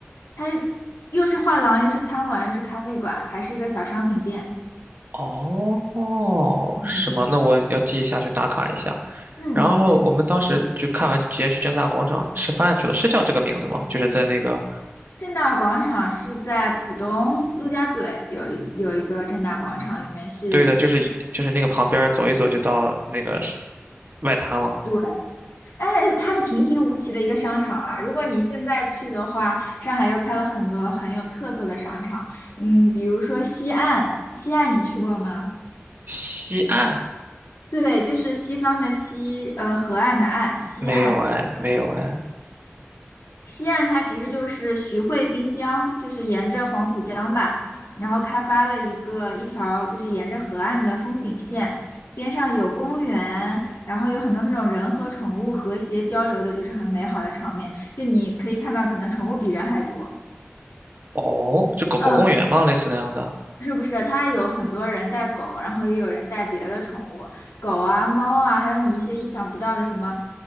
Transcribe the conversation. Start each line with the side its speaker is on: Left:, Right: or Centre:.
Left: 它又是画廊，又是餐馆，又是咖啡馆，还是一个小商品店。
Right: 哦，
Left: 嗯
Right: 是吗？那我要记一下，去打卡一下。
Left: 嗯，
Right: 然后我们当时就看完，
Left: 对，
Right: 直接去正大广场吃饭去了，是叫这个名字吗？就是在那个，
Left: 正大广场是在浦东陆家嘴有一有一个正大广场，里面是。
Right: 对的，就是就是那个旁边儿走一走就到那个是外滩了。
Left: 对。哎，它是平平无奇的一个商场啊。如果你现在去的话，上海又开了很多很有特色的商场，嗯，比如说西岸，西岸你去过吗？
Right: 西岸
Left: 对，就是西方的西，呃，河岸的岸，西岸。
Right: 没有哎，没有哎。
Left: 西岸它其实就是徐汇滨江，就是沿着黄浦江吧，然后开发了一个一条就是沿着河岸的风景线，边上有公园，然后有很多那种人和宠物和谐交流的，就是很美好的场面。就你可以看到，可能宠物比人还多。
Right: 哦，就狗狗公园吗？
Left: 嗯，
Right: 类似那样的
Left: 是不是？它有很多人带狗，然后也有人带别的宠物，狗啊、猫啊，还有你一些意想不到的什么